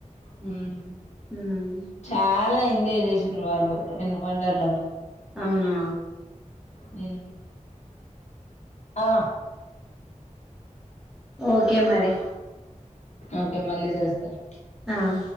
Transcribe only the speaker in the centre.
ఉమ్
అవునా
ఓకే మరి
ఆ